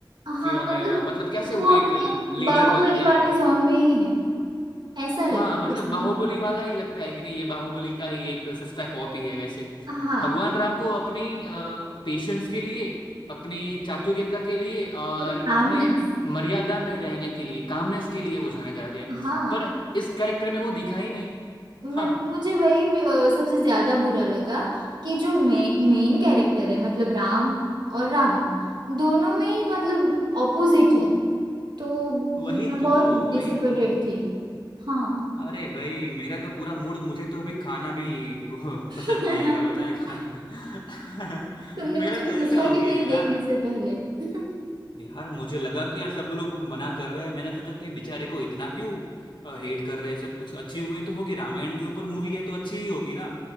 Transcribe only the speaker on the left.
फिर
हमें अ, मतलब कैसे वो
एक
लीडर
बनते
हैं
हाँ
मतलब
बाहुबली वाला ही लगता है कि नहीं ये बाहुबली का ही एक सस्ता कॉपी है वैसे
भगवान राम को अपनी पेशेंस के लिए अपनी चातुर्यता के लिए और
अपने मर्यादा में रहने के लिए कामनेस के लिए वो जाने जाते हैं
पर इस कैरेक्टर में वो दिखा ही नहीं
हाँ
वही
तो
वही तो
अरे भाई मेरा तो पूरा मूड मुझे तो अभी खाना भी <laughs> वो
पसंद नहीं आएगा पता है खाना <laughs>
में मेरा
तो
ऐसा हो
गया
है
यार
यार मुझे लगा कि यार सब लोग मना कर रहे हैं मैंने सोचा कि ये बेचारे को इतना क्यों हेट कर रहे हैं सब कुछ अच्छी मूवी तो होगी रामायण के ऊपर मूवी है तो अच्छी ही होगी ना